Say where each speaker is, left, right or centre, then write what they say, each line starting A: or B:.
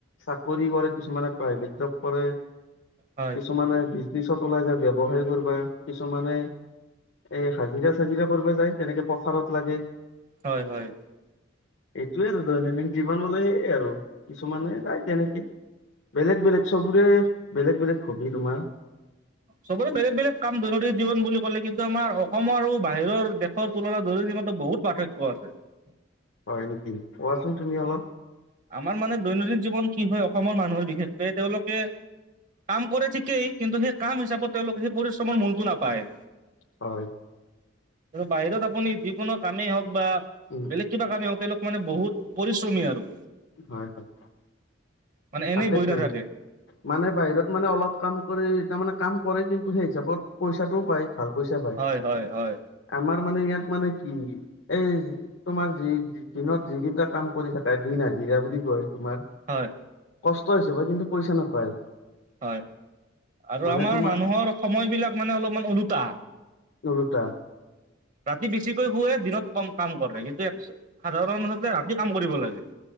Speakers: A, on the left (about 70°); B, on the right (about 40°).
A: চাকৰি কৰে কিছুমানে প্ৰাইভেট জব কৰে
B: হয়
A: কিছুমানে পিছত ওলাই যায় ব্যৱসায় কৰিবা কিছুমানে এই হাজিৰা চাজিৰা কৰিব যায় তেনেকে পথাৰত লাগে।
B: হয় হয়
A: এইটোয়ে আৰু দৈনন্দিন জীৱন হলে আৰু কিছুমানে যায় তেনেকে বেলেগ বেলেগ চবৰে বেলেগ বেলেগ হবি তোমাৰ
B: চবৰে বেলেগ বেলেগ কাম দৈনন্দিন জীৱন বুলি ক'লে কিন্তু আমাৰ অসমৰ আৰু বাহিৰৰ <unintelligible> দেশৰ তুলনা ধৰি নিমানটো বহুত পাৰ্থক্য আছে। <unintelligible>
A: হয় নেকি কোৱাচোন তুমি অলপ
B: আমাৰ মানে দৈনন্দিন জীৱন কি হয় অসমৰ মানুহৰ বিশেষকে তেওঁলোকে কাম কৰে ঠিকেই কিন্তু সেই কাম হিচাপত তেওঁলোকে সেই পৰিশ্ৰমৰ মূলটো নাপায়।
A: হয়
B: বাহিৰত আপুনি যিকোনো কামেই হওঁক বা
A: উম
B: বেলেগ কিবা কামেই হওক তেওঁলোক মানে বহুত পৰিশ্ৰমী আৰু।
A: হয় হয়।
B: মানে এনেই
A: তাকেতো
B: বহি নাথাকে
A: মানে বাহিৰত মানে অলপ কাম কৰি তাৰ মানে কাম কৰে কিন্তু সেই হিচাপত পইচাটোও পায়। ভাল পইচা পায়।
B: হয় হয় হয়
A: আমাৰ মানে ইয়াত মানে কি এই তোমাৰ যি দি - দিনত যিকেইটা কাম কৰি থাকে দিন হাজিৰা বুলি কয়। তোমাৰ
B: হয়
A: কষ্ট হিচাপে কিন্তু পইচা নাপায়।
B: হয় আৰু
A: মানে
B: আমাৰ
A: তোমাৰ
B: মানুহৰ সময় বিলাক মানে অলপমান ওলোটা।
A: ওলোটা।
B: ৰাতি বেছিকৈ শুৱে দিনত কম কাম কৰে কিন্তু একচু সাধাৰণতে ৰাতি কাম কৰিব লাগে।